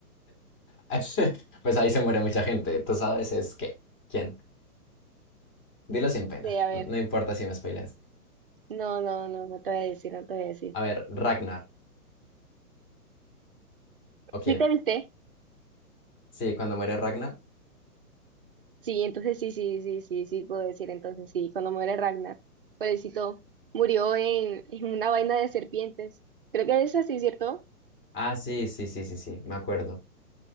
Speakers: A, on the left; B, on the right.
A: <laughs> Pues ahí se muere mucha gente. Tú sabes es qué. ¿Quién? Dilo sin pena.
B: Sí, a
A: No
B: ver.
A: importa si me spoileas.
B: No, no, no, no te voy a decir, no te voy a decir.
A: A ver, Ragnar. ¿O
B: ¿Sí
A: quién?
B: te viste?
A: Sí, cuando muere Ragnar.
B: Sí, entonces sí, sí, sí, sí, sí, puedo decir, entonces sí, cuando muere Ragnar, pobrecito, murió en, en una vaina de serpientes. Creo que es así, ¿cierto?
A: Ah, sí, sí, sí, sí, sí. Me acuerdo.